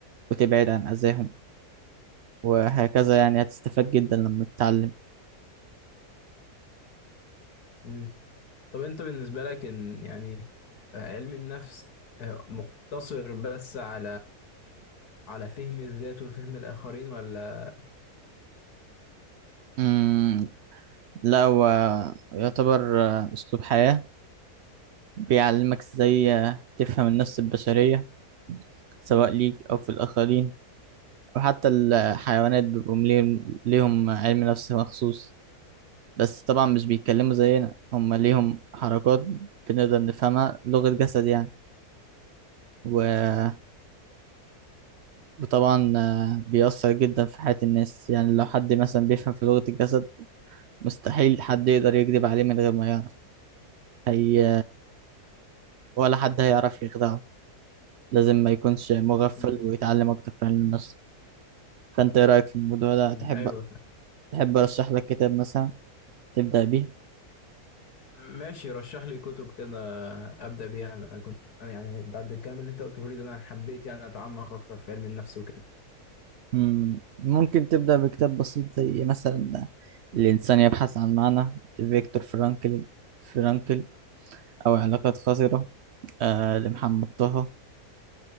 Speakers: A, on the right; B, on the left.
A: وتبعد عن أذاهم وهكذا يعني هتستفاد جدا لما تتعلم
B: مم. طب انت بالنسبة لك ان يعني آه، علم النفس آه، مقتصر بس على على فهم الذات وفهم الآخرين ولا
A: مم، لا هو يعتبر آه، أسلوب حياة بيعلمك ازاي آه، تفهم النفس البشرية سواء ليك أو في الآخرين أو حتى الحيوانات بيبقوا ليهم ليهم علم نفس مخصوص بس طبعا مش بيتكلموا زينا هم ليهم حركات بنقدر نفهمها لغة جسد يعني و وطبعا آه، بيأثر جدا في حياة الناس يعني لو حد مثلا بيفهم في لغة الجسد مستحيل حد يقدر يكذب عليه من غير ما يعرف هي ولا حد هيعرف يخدعه لازم ما يكونش مغفل
B: مم،
A: ويتعلم أكتر في علم النفس فأنت إيه رأيك في الموضوع ده
B: مم،
A: تحب
B: ايوه فاهم.
A: تحب أرشح لك كتاب مثلا تبدأ بيه
B: ماشي رشح لي كتب كده أبدأ بيها انا كنت أنا يعني بعد الكلام اللي انت قلته لي ده انا حبيت يعني اتعمق اكتر في علم النفس وكده
A: مم، ممكن تبدأ بكتاب بسيط زي مثلا الإنسان يبحث عن معنى لفيكتور فرانكل فرانكل أو علاقات خطرة آه، لمحمد طه